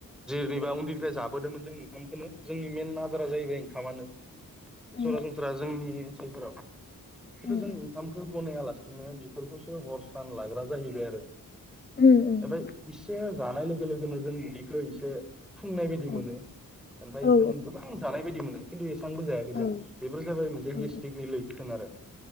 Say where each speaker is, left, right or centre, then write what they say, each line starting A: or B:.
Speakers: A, in the centre; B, on the left.
A: बोरैबा उन्दैनिफ्राय जाबोदोंमोन जों ओंखामखौनो जोंनि मेन आदारा जाहैबाय ओंखामानो। सरासनस्रा
B: उम
A: जोंनि ओनसोलफोराव खिनथु
B: उम
A: जों ओंखाम गनायालासिनो बेफोरखौसो हर सान लाग्रा जाहैबाय आरो
B: उम उम
A: ओमफ्राय इसे जानाय लोगो लोगोनो जों उदैखौ इसे फुंनाय बायदि
B: औ
A: मोनो ओमफ्राय
B: औ
A: जों गोबां जानाय बायदि मोनो खिन्थु एसांबो जायाखै जों
B: औ
A: बेफोर जाबाय मोनसे
B: औ
A: गेस्ट्रिकनि लैखोन आरो